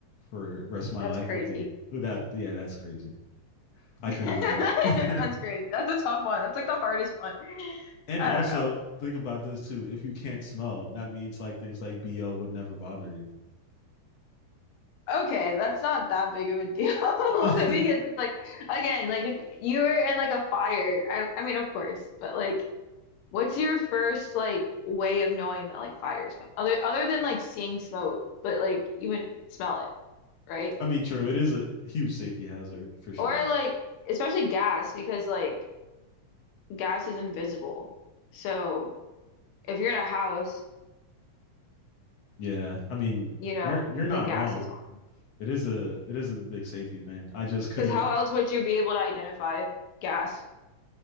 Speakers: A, on the left (about 65°); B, on the left (about 85°).
A: for the rest of my
B: That's
A: life
B: crazy.
A: would be that yeah, that's crazy. I
B: <laughs>
A: couldn't do it.
B: That's crazy. That's a tough one. That's like the hardest one.
A: <laughs> and
B: I
A: also
B: don't know.
A: think about this too. If you can't smell, that means like things like BO would never bother you.
B: Okay, that's not that big of a deal <laughs>
A: <laughs>
B: because it's like again, like if you were in like a fire, I I mean of course, but like what's your first like way of knowing that like fire's coming? Other other than like seeing smoke, but like you would smell it, right?
A: I mean, true, it is a huge safety hazard for sure.
B: Or like especially gas because like gas is invisible. So if you're in a house,
A: Yeah. I mean,
B: you know,
A: you're you're
B: and
A: not
B: the gas
A: wrong.
B: is on.
A: It is a it is a big safety thing. I just
B: Because
A: couldn't
B: how else would you be able to identify gas?